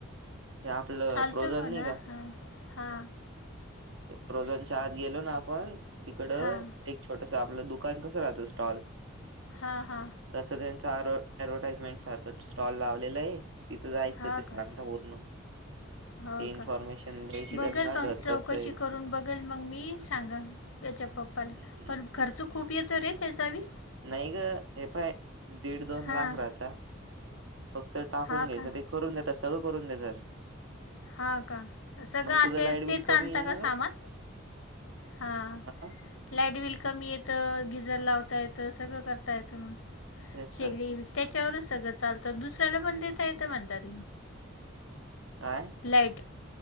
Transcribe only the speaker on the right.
ते आपलं
प्रोझॉन
नाही
का
<unintelligible> शत गेलो ना आपण तिकड
एक छोटस आपलं दुकान कसं राहतं स्टॉल
तसं त्यांच याडव्हर्टाइजमेंट सारखं स्टॉल लाव ते लई आहे तिथं जायचं
ते सांगता
पूर्ण
ते इन्फॉर्मेशन
द्यायची
त्यांना
घर
कसं आहे
कुठं
हम्म.
नाही ग एफाय दीड दोन
लाख राहता फक्त टाकून
घ्यायचं
ते करून देतात सगळं करून देतात.
मग तुझं
लाईट
बिल
कमी
येईल
ना ग
हा
तेच
तर
काय